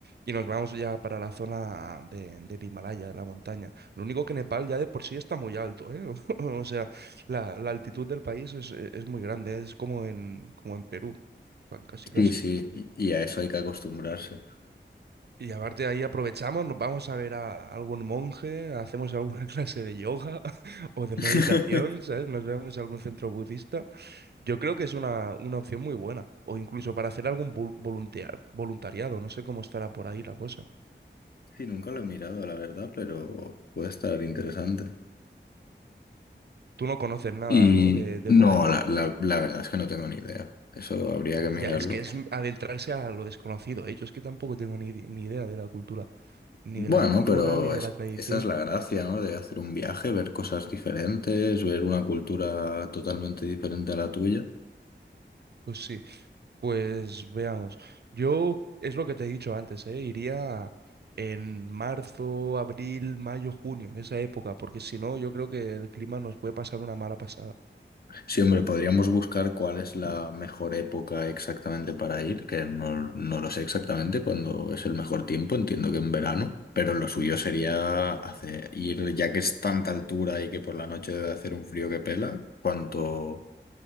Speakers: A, on the right; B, on the left.
A: Y nos vamos ya para la zona de, del Himalaya, de la montaña. Lo único que Nepal ya de por sí está muy alto, ¿eh? <laughs> O sea, la, la altitud del país es, e, es muy grande, es como en, como en Perú, pa- casi casi.
B: Sí, sí, y y a eso hay que acostumbrarse.
A: Y aparte de ahí aprovechamos, nos vamos a ver a algún monje, hacemos alguna <laughs> clase de yoga <laughs> o de
B: <laughs>
A: meditación, ¿sabes? Nos vemos a algún centro budista. Yo creo que es una, una opción muy buena. O incluso para hacer algún vul- voluntea- voluntariado. No sé cómo estará por ahí la cosa.
B: Sí, nunca lo he mirado, la verdad, pero puede estar interesante.
A: Tú no conoces nada,
B: Y
A: ¿no? De, de
B: no,
A: por ahí.
B: la, la- la verdad es que no tengo ni idea. Eso habría que mirarlo.
A: Ya, es que es adentrarse a lo desconocido. ¿eh? Yo es que tampoco tengo ni, ni idea de la cultura. Ni
B: Bueno,
A: de la cultura,
B: pero
A: ni de
B: es-
A: la tradición.
B: esa es la gracia, ¿no? De hacer un viaje, ver cosas diferentes, ver una cultura totalmente diferente a la tuya.
A: Pues sí, pues veamos. Yo, es lo que te he dicho antes, ¿eh? Iría en marzo, abril, mayo, junio, esa época. Porque si no, yo creo que el clima nos puede pasar una mala pasada.
B: Sí, hombre, podríamos buscar cuál es la mejor época exactamente para ir, que no, no lo sé exactamente cuándo es el mejor tiempo, entiendo que en verano, pero lo suyo sería hacer, ir, ya que es tanta altura y que por la noche debe hacer un frío que pela, cuanto,